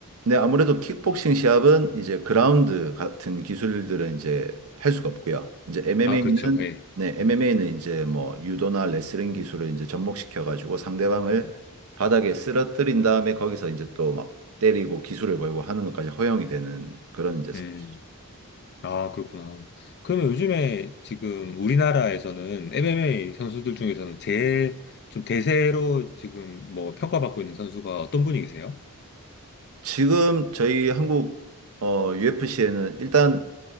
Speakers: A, on the right; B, on the left.
A: 네, 아무래도 킥복싱 시합은 이제 그라운드 같은 기술들은 이제 할 수가 없고요. 이제 MMA는
B: 아, 그렇죠. 예.
A: 네, MMA는
B: 음,
A: 이제 뭐 유도나 레슬링 기술을 이제 접목시켜 가지고 상대방을
B: 음.
A: 바닥에 쓰러뜨린 다음에 거기서 이제 또 막 때리고 기술을 걸고 하는 것까지 허용이 되는 그런 이제 스포츠죠.
B: 음. 아, 그렇구나. 그러면 요즘에 지금 우리나라에서는 MMA 선수들 중에서는 제일 좀 대세로 지금 뭐 평가받고 있는 선수가 어떤 분이 계세요?
A: 지금 저희 한국 UFC에는 일단